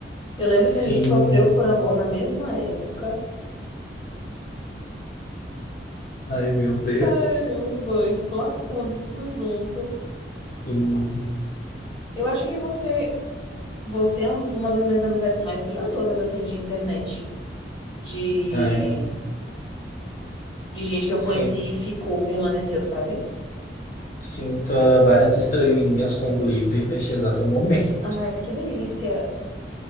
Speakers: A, on the left; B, on the left.
A: Eu lembro
B: Sim.
A: que a gente sofreu por amor na mesma época.
B: Ai, meu Deus.
A: Ai, os dois se lascando tudo junto.
B: Sim.
A: Eu acho que você, você é um- uma das minhas amizades mais duradouras, assim, de internet. De
B: Ai,
A: de gente que
B: sim.
A: eu conheci e ficou, permaneceu, sabe?
B: Sinta várias estrelinhas com glitter neste exato momento.
A: Ai, que delícia.